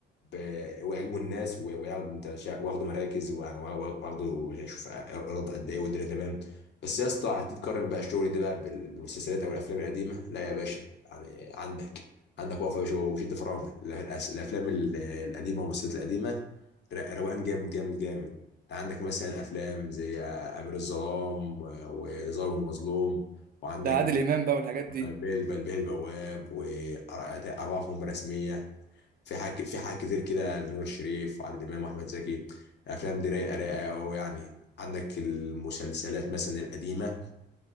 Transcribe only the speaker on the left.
ب- ويعجبوا الناس و- وياخدوا انت شا- واخدوا مراكز ويعني وا- وا- واخدوا شوف ايرادات قد ايه والدنيا تمام بس يا اسطى هتيجي تقارن بقى الشغل ده بقى بال- بالمسلسلات او الافلام القديمه لا يا باشا يعني عندك عندك وقفه يا باشا وشد فرامل ال- الأس- الافلام ال- القديمه والمسلسلات القديمه ر- روقان جامد جامد جامد انت عندك مثلا افلام زي امير الظلام و- وظالم المظلوم وعندك
بلبل بلبل البواب واربعه في مهمه رسميه في حاجة في حاجة كتير كده لنور الشريف وعادل إمام وأحمد زكي الأفلام دي رايقة رايقة أوي يعني عندك المسلسلات مثلا القديمة